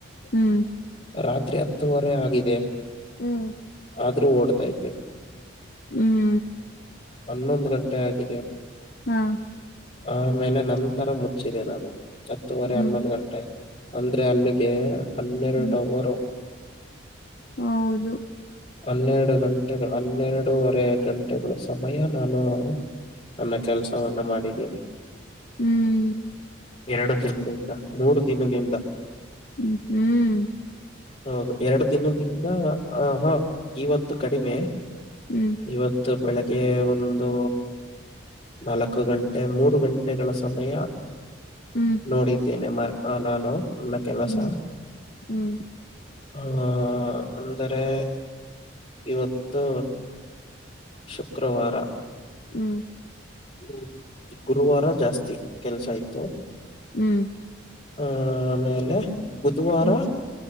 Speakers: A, on the left; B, on the left.
A: ಹ್ಮ್.
B: ರಾತ್ರಿ ಹತ್ತುವರೆ ಆಗಿದೆ.
A: ಹ್ಮ್.
B: ಆದ್ರೂ ಓಡ್ತೈತೆ.
A: ಹ್ಮ್.
B: ಹನ್ನೊಂದು ಗಂಟೆ ಆಗಿದೆ.
A: ಹಾ.
B: ಆಮೇಲೆ ನಂತರ ಮುಚ್ಚಿದೆ ನಾನು ಹತ್ತೂವರೆ
A: ಹ್ಮ್
B: ಹನ್ನೊಂದು ಗ ಟ ಅಂದ್ರೆ ಅಲ್ಲಿಗೆ ಹನ್ನೆರಡು
A: ಹ್ಮ್
B: ಅವರು.
A: ಹೌದು.
B: ಹನ್ನೆರಡು ಗಂಟೆಗಳು ಹನ್ನೆರಡೂವರೆ ಗಂಟೆಗಳು. ಸಮಯ ನಾನು ನನ್ನ ಕೆಲ್ಸವನ್ನ ಮಾಡಿದಿನಿ.
A: ಹ್ಮ್.
B: ಎರಡು ದಿನದಿಂದ ಮೂರು ದಿನದಿಂದ.
A: ಹ್ಮ ಹ್ಮ್.
B: ಹೌದು ಎರಡು ದಿನದಿಂದ ಆ ಹಾ ಇವತ್ತು ಕಡಿಮೆ.
A: ಹ್ಮು.
B: ಇವತ್ತು ಬೆಳೆ ಗೆ ಒಂದು ನಾಲ್ಕು ಗಂಟೆ ಮೂರು ಗಂಟೆಗಳ ಸಮಯ.
A: ಹ್ಮ್
B: ನೋಡಿದ್ದೇನೆ ಮಾ ನಾನು. ಮ ಕೆಲ್ಲಸ.
A: ಹ್ಮ್ ಹ್ಮ್ ಹ್ಮ್
B: ಹ ಅಂದರೆ ಇವತ್ತು. ಶುಕ್ರವಾರ.
A: ಹ್ಮ್.
B: ಹ್ಮ್ ಗುರುವಾರ ಜಾಸ್ತಿ ಕೆಲ್ಸ ಆಯ್ತು.
A: ಹ್ಮ್.
B: ಆ ಆಮೇಲೆ ಬುಧವಾರ
A: ಹ್ಮ್